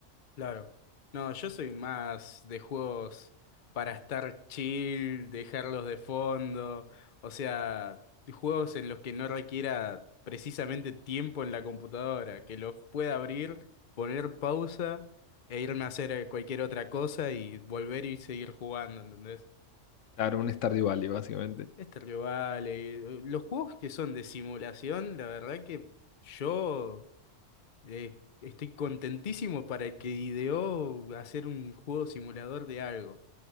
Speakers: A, on the left (about 45°); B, on the left (about 75°).
A: Claro. No, yo soy más de juegos para estar chill, dejarlos de fondo, o sea, juegos en los que no requiera precisamente tiempo en la computadora, que los pueda abrir, poner pausa e irme a hacer eh, cualquier otra cosa y volver y seguir jugando, ¿entendés?
B: Claro, un Stardew Valley, básicamente.
A: Este rival, los juegos que son de simulación, la verdad que yo eh, estoy contentísimo para el que ideó hacer un juego simulador de algo.